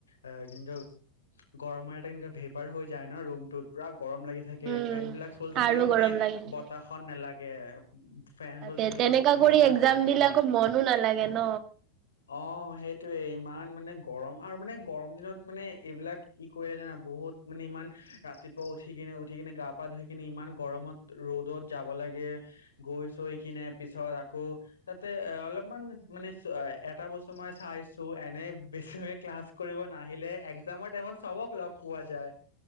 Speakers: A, on the left; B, on the right.
A: অ কিন্তু গৰমৰ এটা ভেপাৰ হৈ যায় ন ৰুমটোত পুৰা গৰ লাগি থাকে
B: উম
A: ফেন বিিলাক চ থাকিলেও
B: আৰু
A: মানে
B: গৰম লাগি থাকে।
A: বতাহ তাগে ফেনল
B: তে
A: থাকিলেও
B: তেনেকা কৰি
A: বতাহ
B: এক্জাম
A: নেলাগে
B: দিলে আকৌ মনো নালাগে ন।
A: অ সেইটোোৱেই ইমান মানে গৰম আৰু মানে গৰম দিনত মানে এইবিলাক ই কৰিলে জানা বহুত মানে ইমান ৰাতিপুৱা উঠি কিনে উঠি কিনে গা পা ধুই কিনে ইমান গৰমত ৰ'দত যাব লাগে গৈছো স কিনে পিছত আকৌ তাতে এ অলপমান মানে এটা বছ্তৰ মই চাইছো এনে বেছিভ ক্লাছ কৰিব নাহিলে এক্জামৰ টাইমত চবক লগ পোৱা যায়